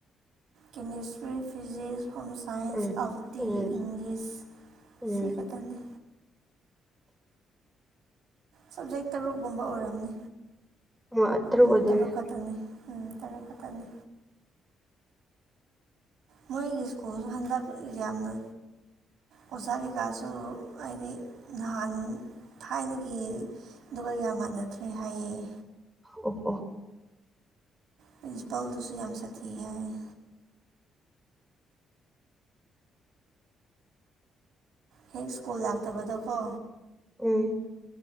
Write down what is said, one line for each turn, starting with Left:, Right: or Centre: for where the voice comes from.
Right: chemistry physics home science
Centre: um
Right: ꯑꯕꯗꯤ
Centre: ꯎꯝ
Right: ꯏꯪꯂꯤꯁ
Centre: ꯎꯝ
Right: ꯁꯤ ꯈꯛꯇꯅꯤ ꯁꯕꯖꯦꯛ ꯇꯔꯨꯛꯒꯨꯝꯕ ꯑꯣꯏꯔꯝꯅꯤ
Centre: ꯑꯣ
Right: ꯎꯝ
Centre: ꯑꯣꯏꯗꯣꯏꯅꯦ
Right: ꯇꯔꯨꯛ ꯈꯛꯇꯅꯤ ꯎꯝ ꯇꯔꯨꯛ ꯈꯛꯇꯅꯤ ꯃꯣꯏꯒꯤ ꯁ꯭ꯀꯨꯜꯁꯨ ꯍꯟꯗꯛ ꯌꯥꯝꯅ ꯑꯣꯖꯥ ꯀꯩꯀꯥꯁꯨ ꯍꯥꯏꯗꯤ ꯅꯍꯥꯟ ꯊꯥꯏꯅꯒꯤ ꯗꯨꯒ ꯌꯥꯝ ꯃꯥꯟꯅꯗ꯭ꯔꯦ ꯍꯥꯏꯌꯦ
Centre: ꯑꯣ ꯑꯣ
Right: ꯄ꯭ꯔꯤꯟꯁꯤꯄꯥꯜꯗꯨꯁꯨ ꯌꯥꯝ ꯁꯥꯊꯤ ꯍꯥꯏꯌꯦ ꯍꯦꯛ ꯁ꯭ꯀꯨꯜ ꯂꯥꯛꯇꯕꯗꯀꯣ
Centre: ꯎꯝ